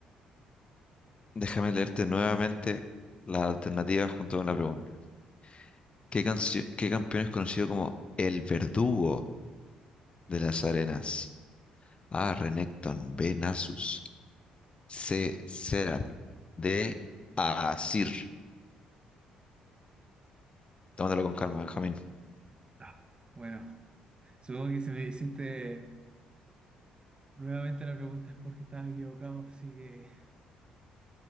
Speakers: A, on the left (about 30°); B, on the right (about 25°).
A: Déjame leerte nuevamente la alternativa junto con la pregunta. ¿Qué, cancio- qué campeón es conocido como el verdugo de las arenas? A. Renekton. B. Nasus. C. Seraph. D. Asir. Tómatelo con calma, Benjamín.
B: Ah, Bueno, supongo que si me hiciste nuevamente la pregunta es porque estaba equivocado, así que